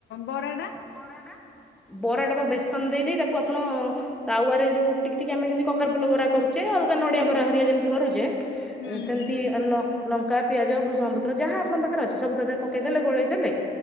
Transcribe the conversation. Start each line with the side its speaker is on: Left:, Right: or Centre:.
Left: ବରାଟା?
Centre: ବରା ଟା ବରାଟା ବା ବେସନ ଦେଇ ଦେଇ ତାକୁ ଆପଣ ତାୱରେ ଯୋଉ ଟିକି ଟିକି ଆମେ ଯେମିତି କଖାରୁ ଫୁଲ ବରା କରୁଚେ ଆଲ ନଡ଼ିଆ
Left: ହୁଁ
Centre: ବରା ହରିକା ଯେମିତି କରୁଚେ
Left: ହୁଁ
Centre: ସେମିତି
Left: ହୁଁ
Centre: ଲ ଲଙ୍କା ବୃଷଙ୍ଗପତ୍ର ଯାହା ଆପଣଙ୍କ ପାଖରେ ଅଛି ସବୁ ତା ଦେହରେ ପକେଇ ଦେଲେ ଗୋଳେଇ ଦେଲେ